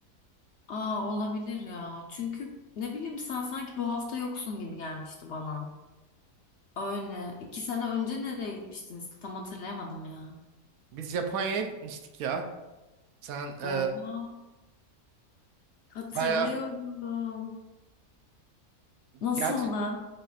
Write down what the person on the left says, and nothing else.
Aa olabilir ya. Çünkü ne bileyim sen sanki bu hafta yoksun gibi gelmişti bana. Öyle. İki sene önce nereye gitmiştiniz? Tam hatırlayamadım ya.
Oha hatırlıyorum.
Nasıldı?